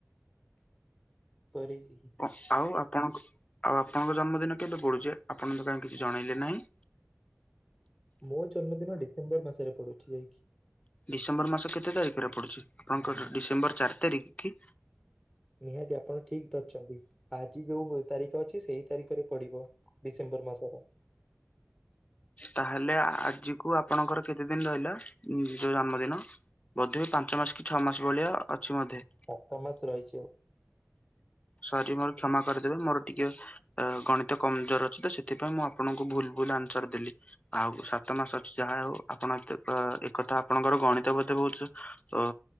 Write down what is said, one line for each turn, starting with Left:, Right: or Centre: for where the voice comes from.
Centre: ପରିବ <inaudible>
Left: କ ଆଉ ଆପଣଙ୍କ ଆଉ ଆପଣଙ୍କ ଜନ୍ମଦିନ କେବେ ପଡୁଛି ଆପଣଙ୍କ ପାଇଁ କିଛି ଜଣେଇଲେ ନାହିଁ।
Centre: ମୋ ଜନ୍ମଦିନ ଡିସେମ୍ବର ମାସରେ ପଡୁଛି ଯାଇକି।
Left: ଡିସେମ୍ବର ମାସ କେତେ ତାରିଖରେ ପଡୁଛି ଆପଣଙ୍କର ଡିସେମ୍ବର ଚାରି ତାରିଖ କି?
Centre: ନିହାତି ଆପଣ ଠିକ ଧରିଛନ୍ତି ଆଜି ଯୋଉ ତାରିଖ ଅଛି ସେଇ ତାରିଖରେ ପଡିବ। ଡିସେମ୍ବର ମାସର
Left: ତାହେଲେ ଆଜି କୁ ଆପଣଙ୍କର କେତେ ଦିନ ରହିଲା ଯୋଉ ଜନ୍ମଦିନ ବୋଧହୁଏ ପାଞ୍ଚ ମାସ କି ଛଅ ମାସ ଭଳିଆ ଅଛି ମଧେ
Centre: ସାତମାସ ରହିଛି ଆଉ।
Left: ସରି ମୋର କ୍ଷମା କରିଦେବେ ମୋର ଟିକେ ଅ ଗଣିତ କମଜୋର ଅଛି ତ ସେଥିପାଇଁ ମୁଁ ଆପଣଙ୍କୁ ଭୁଲ ଭୁଲ ଆନ୍ସର ଦେଲି। ଆଉ ସାତ ମାସ ଅଛି ଯାହା ହଉ ଆପଣ ଏ ଏକଥା ଆପଣଙ୍କର ଗଣିତ ବୋ ବହୁତ ତ